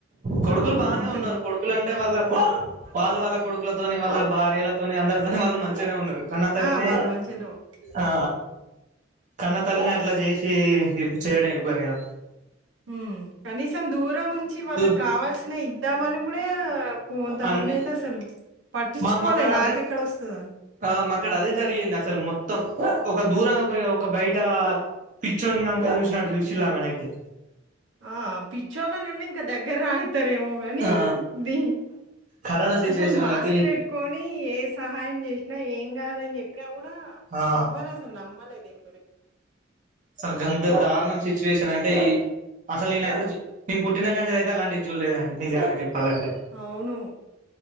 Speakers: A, on the right; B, on the right.
A: కొడుకులు
B: ఆ!
A: బానే
B: ఎంత
A: ఉన్నరు.
B: గు
A: కొడుకులు అంటే వాళ్ళ కొడుకు వాళ్ళువాళ్ళ కొడుకులతోని వాళ్ళ భార్యలతోని అందరితోని వాళ్ళు మంచిగనే ఉన్నరు. కన్న తల్లినే
B: ఆ! వాళ్ళు మంచిగానే ఉన్నారు.
A: ఆ కన్న తల్లినే అట్లా చేశి చేయడం ఇబ్బంది కదా.
B: హ్ కనీసం దూరం ఉంచి వాళ్ళకి
A: దు
B: కావాల్సినయి ఇద్దామని కూడా కొంతమంది
A: అనిపి
B: అయితే అసలు పట్టించుకోలే
A: మా మాక్కడ
B: నాకెక్కడొస్తదా?
A: అదే ఆ మాక్కడ అదే జరిగింది అసలు మొత్తం ఒక దూరంగా ఒక ఒక బయట పిచ్చొండి అంక చూసినట్టు చూసిలామెన అయితే
B: ఆ పిచ్చోళనన్న ఇంకా దగ్గర రానిస్తారేమో గాని
A: ఆ
B: దీ
A: కరోనా సిచ్యువేషన్
B: అసలు మాస్క్
A: లోనైతే
B: పెట్టుకొని ఏ సహాయం చేసినా ఏం గా కాదని చెప్పినా కూడా
A: ఆ
B: ఎవ్వరు అసలు నమ్మలే దీని గురి
A: అసలు గంత దారుణం సిచ్యువేషన్ అంటే ఈ అసలు నేనైతే జూ నీ పుట్టిన కాడి నుంచి అయితే అలాంటి జూలేదం నిజంగా చెప్ప పాలంటే
B: అవును.